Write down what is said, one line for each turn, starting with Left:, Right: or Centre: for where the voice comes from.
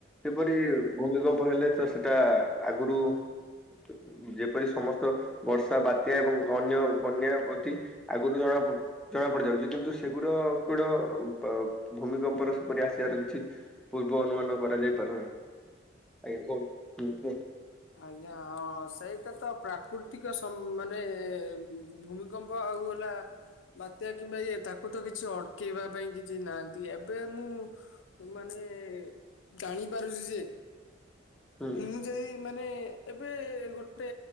Centre: ସେପରି
Left: ଆଜ୍ଞା
Centre: ଭୂମିକମ୍ପ ହେଲେ ତ ସେଟା ଆଗୁରୁ ଯ ଯେପରି ସମସ୍ତ ବର୍ଷ ତା ବାତ୍ୟା ଏବଂ ଅନ୍ୟ ବନ୍ୟା ପ୍ରତି ଆଗୁରୁ ଜଣା ପ ଜଣା ପଡି ଯାଉଚି କିନ୍ତୁ ସେଗୁଡ କୋଡ ବ ଭୂମିକମ୍ପର ସେପରି ଆସିବାର କିଛି ପୂର୍ବ ଅନୁମାନ କରାଯାଇ ପାରୁନାହିଁ ଆଜ୍ଞା କୁହନ୍ତୁ ହୁଁ କୁହନ୍ତୁ।
Left: ଆଜ୍ଞା ହଁ ସେଇଟା ତ ପ୍ରାକୃତିକ ସ ମାନେ ଭୂମି କ ଗମ୍ପ ଆଉ ହେଲା ବାତ୍ୟା କିମ୍ବା ଇଏ ତାକୁ ତ କିଛି ଅଟକେଇବା ପାଇଁ କିଛି ନାହାନ୍ତି ଏବେ ମୁଁ ସେମାନେ ଜାଣିପାରୁଛି ଯେ।
Centre: କୁହନ୍ତୁ
Left: ମୁଁ ଯାଇ ମାନେ ଏବେ ଗୋଟେ